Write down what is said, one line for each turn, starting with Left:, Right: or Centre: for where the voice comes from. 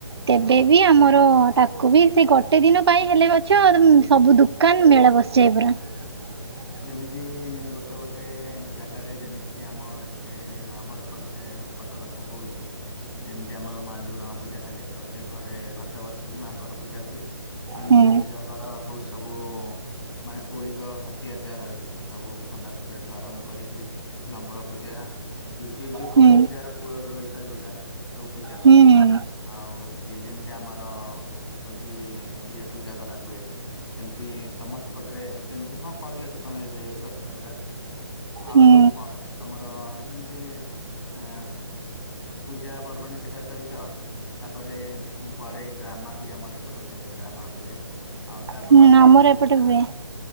Right: ତେବେ
Left: ହୁଁ।
Right: ବି ଆମର। ତାକୁ ବି ସେ ଗୋଟେ ଦିନ ପାଇଁ ହେଲେ ଅଛ ସବୁ ଦୁୋକାନ ମେଳା ବସିଯ ପୁରରା। ହଁ।
Left: ଯେମିତି ଗୋଟେ ଗୋଟେ ଜାଗାରେ ଯେମିତି କିି ଆମ ଏ ଆମ ଏପଟ ସେ। ପଟ କଥା କହୁଛି ଯେମିତି ଆମର ମା ଦୁର୍ଗାଙ୍କ ପୂଜା ହେଲେ ପ୍ରତ୍ୟେକ ଘରେ ଘଟକୁ ଆସିକି ମାଆଙ୍କର ପୂଜା ହୁଏ ଆଉ
Right: ହୁଁ
Left: ନିଜ ନିଜ ଘର ହଉ ସବୁ ମାନେ କୌଳିକ ତିଆରି ଯାହା ରହିଛି ସବୁ ଖଣ୍ଡା ପୂଜା ଠୁ ଆରମ୍ଭ କରିକି ଲଙ୍ଗଳ ପୂଜା କି ଯ ଯେ
Right: ହୁଁ
Left: କୌଣସି ଯାହାର କୂଳର ବ୍ୟବସାୟ ଯୋଉଟା ସବୁ ପୂଜା ହୁଏ
Right: ହୁଁ
Left: ଆଉ ହଉଛି ଯେମିତି। ଆମର ହଉଛି ଇଏ ପୂଜା କରା ହୁଏ। ସେମତି ତମ ସେପଟରେ ଯେମିତି ହଁ କହିଲ ତ ତମେ ଏବେ ଏଇ କଥା ଗୁରା। ଆଉ
Right: ହୁଁ
Left: ସବୁ କଣ ଯେମତି ତମର ଯେମତି ଆ ପୂଜା ପର୍ବାଣୀ ସେଟା ସହିତ ତାପରେ ପରେ ଏଇ ଡ୍ରାମା ବି ଆମର ଏପଟ ହୁଏ ଡ୍ରାମା ହୁଏ। ଆଉ ତାପରେ
Right: ହୁଁ
Left: ହଉଛି
Right: ଆମର ଏପଟେ ହୁଏ